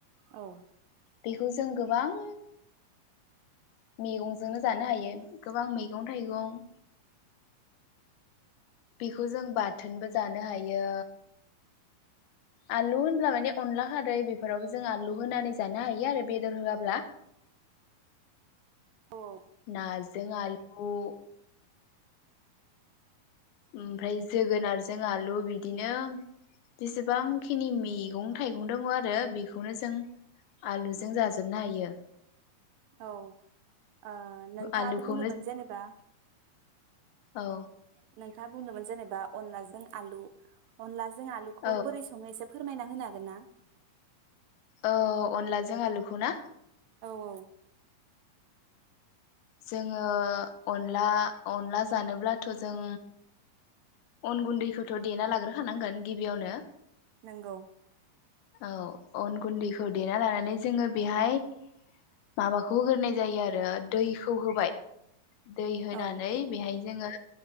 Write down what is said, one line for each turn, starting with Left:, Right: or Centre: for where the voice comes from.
Right: औ।
Left: बेखौ जों गोबां मैगंजोंनो जानो हायो गोबां मैगं थाइगं बेखौ जों बाथोनबो जानो हायो। आलु होनब्ला माने अनला खारै बेफोरावबो जों आलु होनानै जानो हायो आरो बेदर होआब्ला
Right: औ
Left: नाज जों आलगु ओमफ्राय जोगोनारजों आलु बिदिनो जसेबांखिनि मैगं थाइगं दङ' आरो बेखौनो जों आलुजों जाजोबनो हायो
Right: औ ओ नोंथाङाथ
Left: आलुखौनो
Right: बुंदोंमोन जेनेबा
Left: औ
Right: खोथा बुंदोंमोन जेनेबा अनलाजों आलु अनलाजों जों आलुखौ
Left: औ
Right: बोरैसङो एसे फोरमायना होनो हागोन ना?
Left: औ अनलाजों आलुखौ ना?
Right: औ औ।
Left: जोङो अनला अनला जानोब्लाथ जों अन गुन्दैखौथ देना लाग्रो खानांगोन गिबियावनो
Right: नोंगौ।
Left: औ अन गुन्दैखौ देना लानानै जोङो बेहाय माबाखौ होग्रोनाय जायो आरो दैखौ होबाय। दै होनानै
Right: औ
Left: बेहाय जोङो